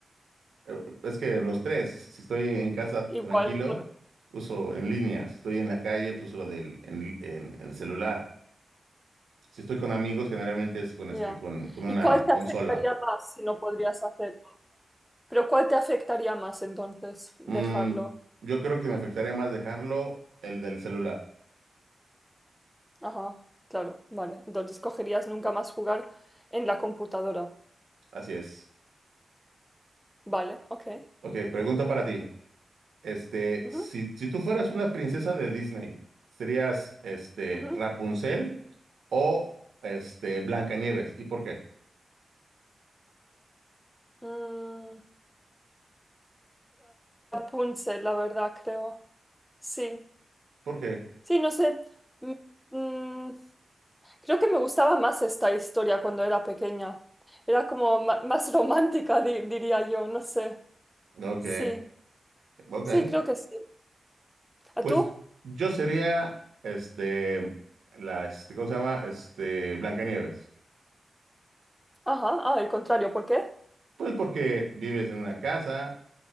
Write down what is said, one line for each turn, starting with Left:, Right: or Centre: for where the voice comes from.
Right: eh, es que los tres, si si estoy en casa
Centre: Igual,
Right: tranquilo,
Centre: en todo.
Right: uso en línea. Si estoy en la calle, pues uso lo del en, li- en- en el celular. Si estoy con amigos, generalmente es con este,
Centre: ya.
Right: con, con una
Centre: ¿Y cuál te
Right: consola.
Centre: afectaría más si no podrías hacerlo? Pero ¿cuál te afectaría más entonces dejarlo?
Right: Mm, yo creo que me afectaría más dejarlo el del celular.
Centre: Ajá, claro, vale. Entonces cogerías nunca más jugar en la computadora.
Right: Así es.
Centre: Vale, ok.
Right: Ok, pregunta para ti. Este,
Centre: Ujú,
Right: si, si tú fueras una princesa de Disney, ¿serías este
Centre: ujú.
Right: Rapunzel o este Blancanieves? ¿Y por qué?
Centre: Mm, Rapunzel, la verdad, creo. Sí,
Right: ¿Por qué?
Centre: sí, no sé. Mm, mm, Creo que me gustaba más esta historia cuando era pequeña. Era como ma- más <laughs> romántica, di- diría yo, no sé.
Right: Ok,
Centre: Sí,
Right: ok.
Centre: sí, creo que sí. ¿A
Right: Pues
Centre: tú?
Right: yo sería este la este, ¿cómo se llama? Este Blancanieves.
Centre: Ajá, ah, el contrario, ¿por qué?
Right: Pues porque vives en una casa,